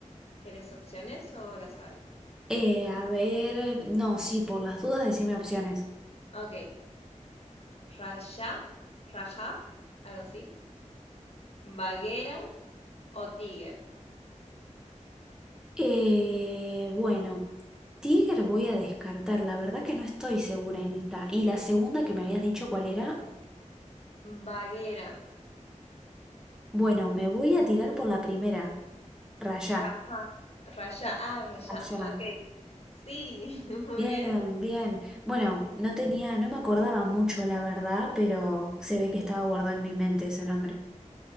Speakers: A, on the left; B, in the centre.
A: ¿Querés opciones o la sabes?
B: Eh, a ver, no, sí, por las dudas, decime opciones.
A: Ok, Raya, Raja, algo así. Baguera o Tiger.
B: Eh, bueno, Tiger voy a descartar, la verdad que no estoy segura en esta. Y la segunda que me habías dicho cuál era,
A: Baguera,
B: bueno, me voy a tirar por la primera, Rayá,
A: Raja, Raya, ah, Raya.
B: Rayá.
A: Ok, sí, <laughs> muy
B: Bien,
A: bien.
B: bien. Bueno, no tenía, no me acordaba mucho la verdad, pero se ve que estaba guardado en mi mente ese nombre.